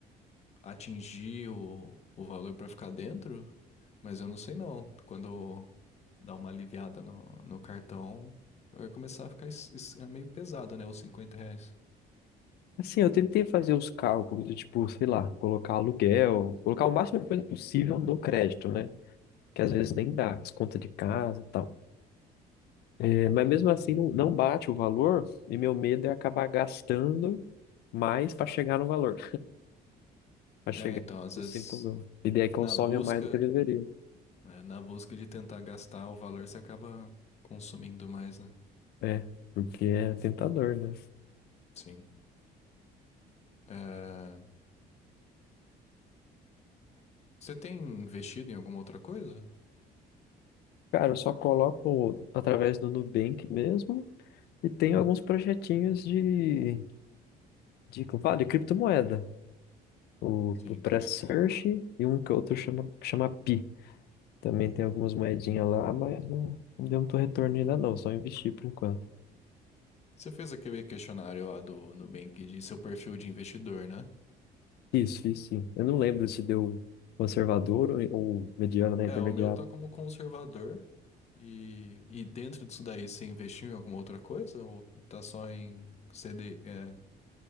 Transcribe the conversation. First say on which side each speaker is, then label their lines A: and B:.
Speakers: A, on the left; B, on the left.
A: atingir o, o valor pra ficar dentro, mas eu não sei não. Quando dá uma aliviada no, no cartão, vai começar a ficar es- es- é meio pesado, né? Os 50 reais.
B: Assim, eu tentei fazer os cálculos, de, tipo, sei lá, colocar aluguel, colocar o máximo de coisa possível no crédito, né? Que às vezes nem dá, as contas de casa e tal. É, mas mesmo assim, não, não bate o valor, e meu medo é acabar gastando mais para chegar no valor, para chegar
A: É, então, às
B: nos
A: vezes,
B: 5 mil. E daí consome
A: na busca.
B: mais do que eu deveria.
A: É, na busca de tentar gastar o valor, você acaba consumindo mais, né?
B: É, porque é tentador, né?
A: Sim. É, Você tem investido em alguma outra coisa?
B: Cara, eu só coloco através do Nubank mesmo e tenho alguns projetinhos de, de, como fala, de criptomoeda. O,
A: Sim.
B: o Pré-Search e um que outro chama, que chama Pi. Também tem algumas moedinhas lá, mas não, não deu muito retorno ainda não, só investi por enquanto.
A: Você fez aquele questionário lá do Nubank de seu perfil de investidor, né?
B: Isso, fiz sim. Eu não lembro se deu conservador ou, ou mediano, né, intermediário.
A: É, o meu tá como conservador. E, e dentro disso daí, você investiu em alguma outra coisa? Ou tá só em CD, é,